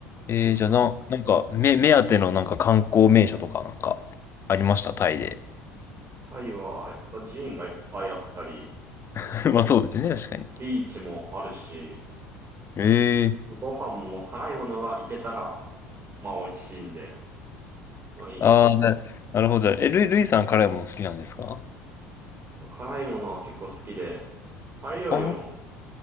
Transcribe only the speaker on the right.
なんか、
タイは、やっぱ寺院がいっぱいあったり、
ビーチもあるし、
ご飯も辛いものがいけたら、まあ美味しいんで、まあいいですね。
辛いものは結構好きで、タイ料理も、